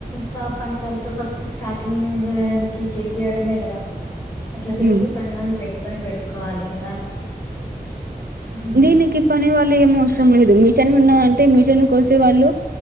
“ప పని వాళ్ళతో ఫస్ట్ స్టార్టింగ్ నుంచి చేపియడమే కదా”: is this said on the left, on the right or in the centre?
Left